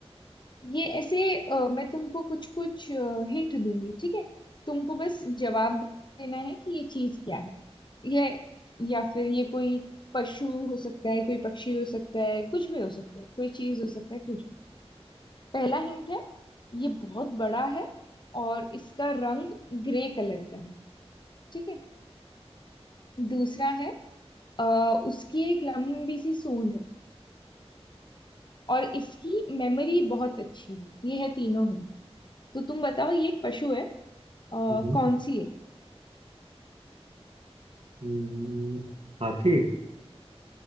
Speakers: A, on the left; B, on the right.
A: ये ऐसे अ, मैं तुमको कुछ कुछ हिंट दूंगी ठीक है तुमको बस जवाब देना है कि ये चीज क्या है ये या फिर ये कोई पशु हो सकता है कोई पक्षी हो सकता है कुछ भी हो सकता है कोई चीज हो सकता है कुछ भी पहला हिंट है ये बहुत बड़ा है और इसका रंग ग्रे कलर का है ठीक है दूसरा है आ, उसकी एक लंबी सी सूंड है और इसकी मेमोरी बहुत अच्छी है ये है तीनों हिंट तो तुम बताओ ये एक पशु है आ,
B: हम्म,
A: कौन सी है
B: हम्म, हाथी